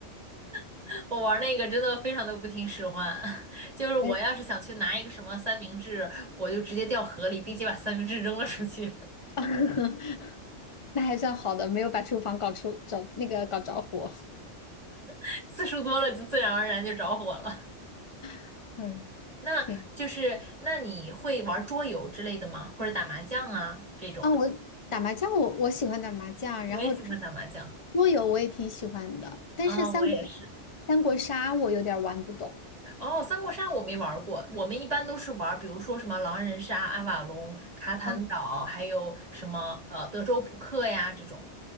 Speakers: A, on the right; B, on the left.
A: <laughs> 我玩儿那个真的非常的不听使唤。<laughs> 就是我要是想去拿一个什么三明治，
B: <laughs> 哎，
A: 我就直接掉河里，并且把三明治扔了出去，
B: <laughs> 那还算好的，没有把厨房搞出找那个搞着火。
A: <laughs> 次数多了就自然而然就着火了。
B: <laughs> 嗯。
A: 那就是那你会玩桌游之类的吗？
B: 挺
A: 或者打麻将啊这种？
B: 啊，我打麻将，我我喜欢打麻将，
A: 我也喜欢打麻将。
B: 然后桌游我也挺喜欢的，但是三国
A: 啊，我也是。
B: 三国杀我有点儿玩不懂。
A: 哦，三国杀我没玩儿过，我们一般都是玩儿，比如说什么狼人杀、阿瓦隆、卡坦岛，
B: 啊
A: 还有什么呃德州扑克呀这种。